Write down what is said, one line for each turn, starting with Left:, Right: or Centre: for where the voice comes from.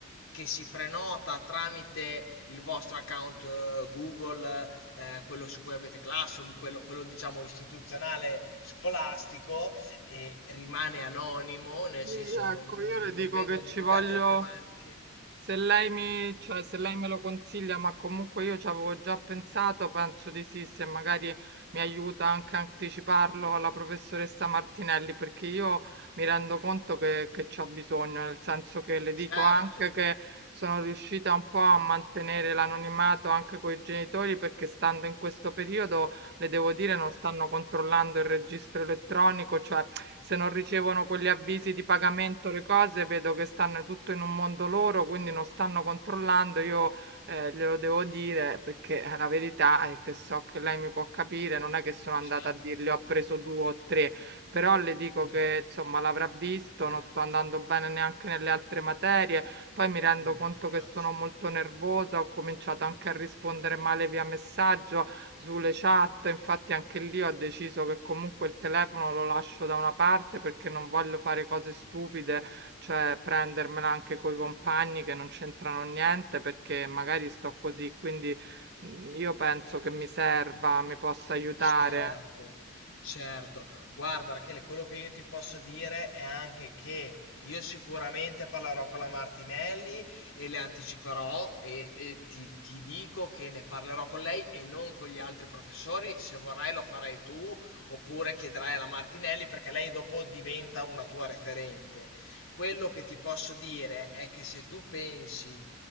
Left: che si prenota tramite il vostro account eh, Google eh, quello su cui avete Classroom, quello, quello, diciamo istituzionale scolastico, e rimane anonimo, nel
Right: sì,
Left: senso
Right: ecco,
Left: non, non-
Right: io le
Left: non
Right: dico
Left: vengono
Right: che
Left: divulgate
Right: ci voglio,
Left: le tematiche.
Right: Se lei mi, cioè, se lei me lo consiglia, ma comunque io ci avevo già pensato, penso di sì, se magari mi aiuta anche a anticiparlo alla professoressa Martinelli, perché io mi rendo conto che, che c'ho bisogno, nel senso che le dico
Left: Certo,
Right: anche che sono riuscita un po' a mantenere l'anonimato anche con i genitori, perché stando in questo periodo le devo dire, non stanno controllando il registro elettronico, cioè se non ricevono quegli avvisi di pagamento, le cose, vedo che stanno tutto in un mondo loro, quindi non stanno controllando. Io eh, glielo devo dire perché eh, la verità è che so che lei mi può capire, non è che sono andata
Left: certo,
Right: a dirle ho preso due o tre, però le dico
Left: non
Right: che insomma l'avrà visto,
Left: certo,
Right: non sto andando bene neanche nelle altre materie, poi mi rendo
Left: mi dispiace,
Right: conto che sono molto nervosa, ho cominciato anche a rispondere male via messaggio, sulle chat, infatti anche lì ho deciso che comunque il telefono lo lascio da una parte perché non voglio fare cose stupide, cioè prendermela anche coi compagni che non c'entrano niente perché magari sto così, quindi mm, io penso
Left: certo.
Right: che mi serva, mi possa aiutare.
Left: Certo, certo. Guarda, Rachele, quello che io ti posso dire è anche che io sicuramente parlerò con la Martinelli e le anticiperò e, e ti, ti dico che ne parlerò con lei e non con gli altri professori. Se vorrai lo farai tu oppure chiederai alla Martinelli perché lei dopo diventa una tua referente. Quello che ti posso dire è che se tu pensi